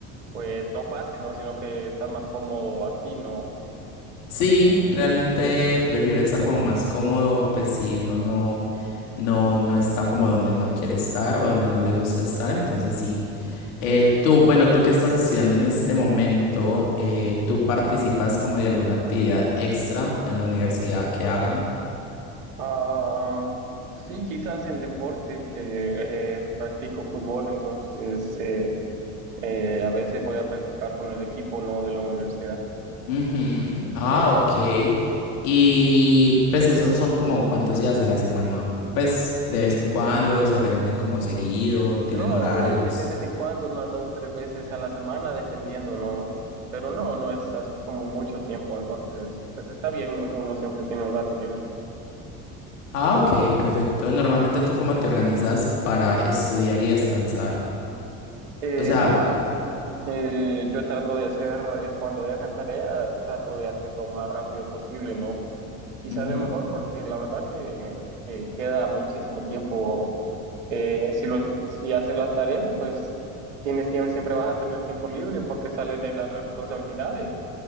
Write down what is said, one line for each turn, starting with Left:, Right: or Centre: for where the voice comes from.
Right: pues, no pase, ¿no? Sino que estás más cómodo así, ¿no?
Left: Sí, realmente prefiero estar como más cómodo, pues si uno no, no, no está como donde no quiere estar o donde no le gusta estar, entonces sí. Eh, tú, bueno, tú que estás estudiando en este momento, eh, ¿tú participas como de alguna actividad extra en la universidad que hagan?
Right: Ah, sí, quizás en deporte, que eh, practico fútbol, entonces eh, eh, a veces voy a practicar con el equipo no de la universidad.
Left: Ujú. Ah, ok. Y pues esos son como cuántos días a la semana. Pues de vez en cuando se reúnen como seguido, tienen
Right: No,
Left: horarios.
Right: de, de vez en cuando, unas dos, tres veces a la semana, dependiendo, ¿no? Pero no, no es así como mucho tiempo, entonces, pues está bien, ¿no? Uno siempre tiene un rato libre.
Left: Ah, ok, perfecto. Normalmente tú cómo te organizas para estudiar y descansar.
Right: Eh,
Left: O sea,
Right: no, yo, eh, yo trato de hacer, eh, cuando dejan tarea, trato de hacerlo lo más rápido posible, ¿no? y
Left: ujú.
Right: sale mejor porque la verdad que, que queda muchísimo tiempo. Eh, si lo, en- si haces las tareas, pues tienes tiempo, siempre vas a tener tiempo libre porque sales de las responsabilidades.